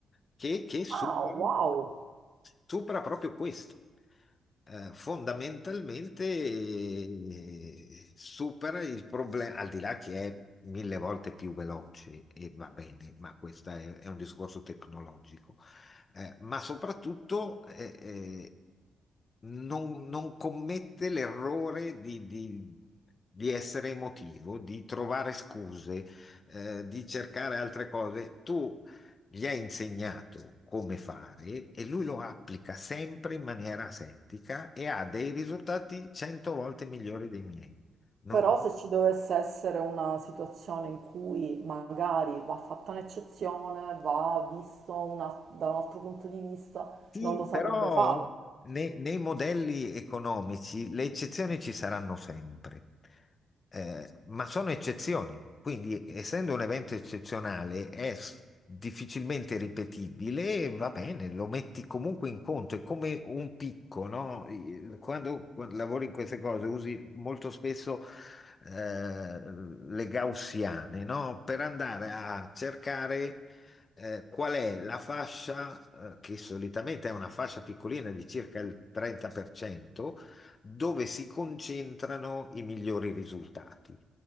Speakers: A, on the left; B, on the right.
A: che, che supera
B: Ah, wow!
A: supera proprio questo. Eh, fondamentalmente eh, supera il problema, al di là che è mille volte più veloce e va bene, ma questo è, è un discorso tecnologico, Eh, ma soprattutto eh, eh, non, non commette l'errore di, di- di essere emotivo, di trovare scuse, eh, di cercare altre cose. Tu gli ha insegnato come fare e lui lo applica sempre in maniera asettica e ha dei risultati cento volte migliori dei miei. No?
B: Però se ci dovesse essere una situazione in cui magari va fatta un'eccezione, va visto una- da un altro punto di vista,
A: Sì,
B: non lo saprebbe
A: però
B: fare.
A: nei, nei modelli economici le eccezioni ci saranno sempre, Eh, ma sono eccezioni, quindi essendo un evento eccezionale è s- difficilmente ripetibile, e va bene, lo metti comunque in conto, è come un picco, no? Eh, Quando, quando lavori in queste cose usi molto spesso eh, le gaussiane, no? Per andare a cercare eh, qual è la fascia, eh, che solitamente è una fascia piccolina di circa il 30%, dove si concentrano i migliori risultati.